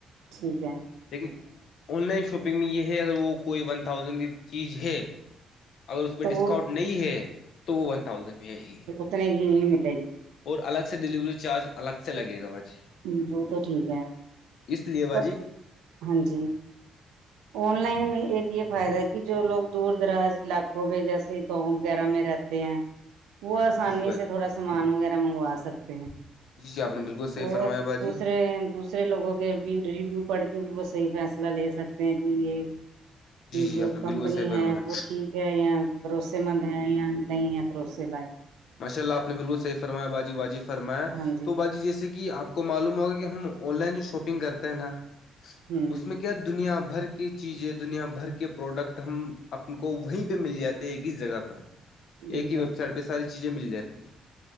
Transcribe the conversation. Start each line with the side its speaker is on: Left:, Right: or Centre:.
Right: ٹھیک ہے
Left: لیکن آن لائن شاپنگ میں یہ ہے اگر وہ کوئی ون تھاؤزینڈ کی چیز ہے اگر اس پہ
Right: تو وہ
Left: ڈسکاؤنٹ نہیں ہے تو وہ ون تھاؤزینڈ میں آئے گی
Right: اتنے ہی نہیں ملے گی
Left: اور الگ سے ڈیلیوری چارج الگ سے لگے گا بھ جی
Right: ہ وہ تو ٹھیک ہے
Left: لیے باجی
Right: پر ہاں جی آن لائن میں ایک یہ فائدہ ہے کہ جو لوگ دور دراز علاقوں میں جیسے وغیرہ میں رہتے ہیں وہ آسانی
Left: جی جی باجی
Right: سے تھوڑا سامان وغیرہ منگوا سکتے ہیں
Left: جیپ نے بالکل صحیح
Right: اور
Left: فرمایا باجی
Right: دوسرے دوسرے لوگوں کے ریویو پڑھ کے بھی وہ صحیح فیصلہ لے سکتے ہیں کہ یہ
Left: جی جی
Right: جو
Left: آپ نے
Right: کمپنی
Left: بالکل صحیح فرمایا
Right: ہے وہ ٹھیک ہے یا بھروسے مند کروسے ل
Left: ماشاء اللہ آپ نے بالکل صح فرمایا باجی واجی فرایا
Right: ہاں جی
Left: تو باجی جیسے کہ آپ کو معلوم ہوگا کہ ہم آن لائن جو شاپنگ کرتے ہیں نا
Right: ہوں
Left: اس میں کیا دنیا بھر کی چیزیں دنیا بھر کے پروڈکٹ ہم اپ کو وہیں پہ مل جاتے ایک ہیس جگہ پر
Right: بالکل
Left: ایک ہی ویب سائٹ پہ ساری چیزیں مل جاتی